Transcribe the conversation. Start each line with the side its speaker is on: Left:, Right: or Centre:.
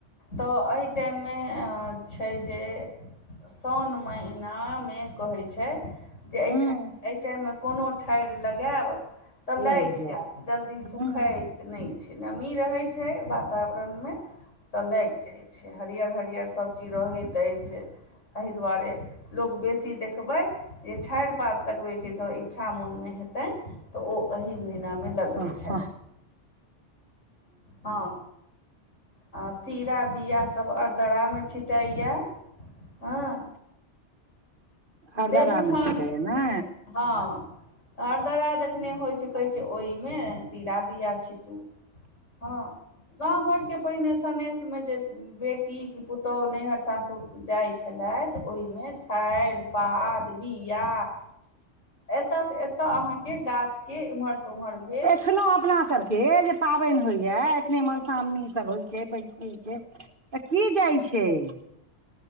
Left: तऽ अइ टाइम, मे आ छैय जे सोओन महिना मे कहै छैय। जे एहि एठइ
Right: हँ
Left: एहि टाइम मे कोनो ठाइर लगेएब। तऽ लाइग
Right: लागि
Left: जयैत जल्दी
Right: जायत
Left: सुखैत। नए छैय नमी रहै छैय वातावरण मे तऽ लाइग जाइ छैय। हरियर हरियर सब्ज़ी रहैत अछि एहि दुआरे लोक बेसी देखबै। जे ठाइर पात लगबै के जे इच्छा मन मे हेतेन। तऽ ओ एहि महिना मे लगबै
Right: साह
Left: छइथ
Right: साह
Left: हँ। आ तीरा बीया सब अरदारा मे छिटाईया - हँ।
Right: अरदारा
Left: देवउठान
Right: मे छिटाइया नै।
Left: हँ अरदारा जखने होइ छैय। कहै छैय ओईमे तीरा बिया छिटू हँ गाँव घर के, पहिने सनेस मे जे बेटी, बेटी पुतोहु नैहर सासुर जाय छलैयएथ ओईमे ठाइर पात, बिया एतऽसँ एतऽ अहाँके गाछके एम्हर सँ उम्हर भेल।
Right: एखनोहु अपना सभ के जे पाबन होइएा एखने मधुश्रावणी सभ होइत छैय पंचमी छैय। तऽ की जाइ छैय।